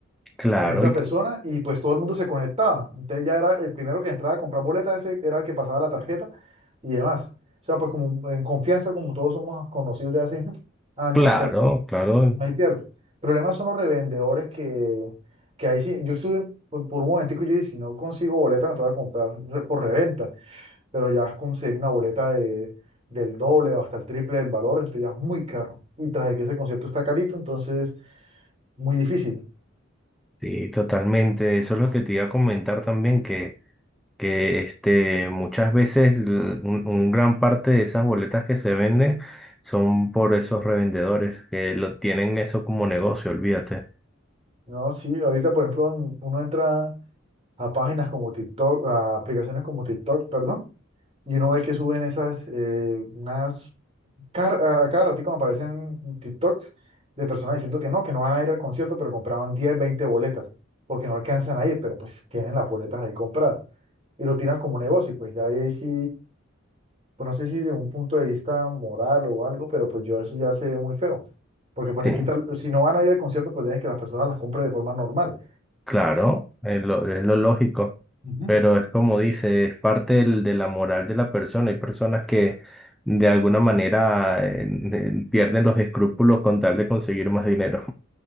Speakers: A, in the centre; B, on the right.
A: Claro,
B: en esa
A: y,
B: persona y pues todo el mundo se conectaba. Entonces ya era el primero que entraba a comprar boletas, ese era el que pasaba la tarjeta y demás. O sea, pues como en confianza, como todos somos conocidos de hace <laughs> años,
A: claro,
B: entonces pues
A: claro,
B: no hay pierde. Problemas son los revendedores que, que ahí sí, yo estuve por, por un momentico y yo dije, si no consigo boleta me tengo que comprar re- por reventa, pero ya conseguir una boleta de, del doble o hasta el triple del valor, entonces ya es muy caro. Y tras de que ese concierto está carito, entonces muy difícil.
A: sí, totalmente. Eso es lo que te iba a comentar también, que... que este, muchas veces l- un, un gran parte de esas boletas que se venden son por esos revendedores que lo tienen eso como negocio, olvídate.
B: No, sí, ahorita por ejemplo en- uno entra a páginas como TikTok, a aplicaciones como TikTok, perdón, y uno ve que suben esas, eh, unas, car- a cada ratito me aparecen TikToks de personas diciendo que no, que no van a ir al concierto, pero compraron 10 20 boletas, porque no alcanzan a ir, pero pues tienen las boletas ahí compradas, y lo tiran como negocio, y pues ya ahí sí, pues no sé si de un punto de vista moral o algo, pero pues yo eso ya se ve muy feo, porque pues
A: Sí,
B: le quitan, si no van a ir al concierto, pues deben que las personas las compren de forma normal
A: claro, es lo, es lo lógico,
B: Ujú.
A: pero es como dice, es parte del- de la moral de la persona. Hay personas que de alguna manera eh, eh, pierden los escrúpulos con tal de conseguir más dinero.